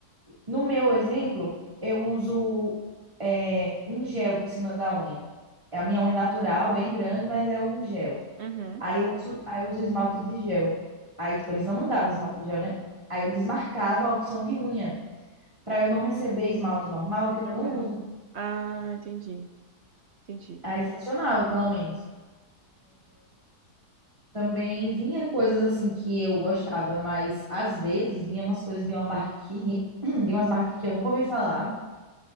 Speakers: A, on the right; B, on the right.
A: no meu exemplo, eu uso é, um gel por cima da unha. É a minha unha natural, bem grande, mas é um gel.
B: Uhum.
A: Aí eu uso, aí eu uso esmalte de gel. Aí, tipo, eles não mandavam esmalte de gel, né? Aí eu desmarcava a opção de unha, pra eu não receber esmalte normal, que
B: Normal.
A: eu não uso.
B: Ah, entendi, entendi.
A: Aí funcionava, pelo menos. Também vinha coisas assim que eu gostava, mas às vezes vinha umas coisas de uma marca que, <clears throat> de umas marcas que eu nunca ouvi falar.